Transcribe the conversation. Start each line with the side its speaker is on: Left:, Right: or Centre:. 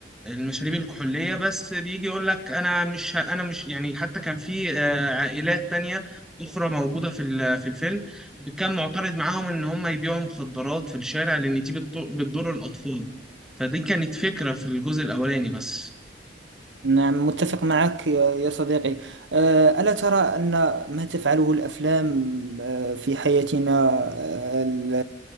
Centre: المشاريب الكحولية بس بيجي يقول لك أنا مش ه- أنا مش يعني حتى كان في آه، عائلات تانية أخرى موجودة في ال- في الفيلم كان معترض معاهم إن هم يبيعوا مخدرات في الشارع لأن دي بتضر بتضر الأطفال فدي كانت فكرة في الجزء الأولاني بس
Right: نعم متفق معك يا يا صديقي آه، ألا ترى أن ما تفعله الأفلام آه، في حياتنا آه، ال-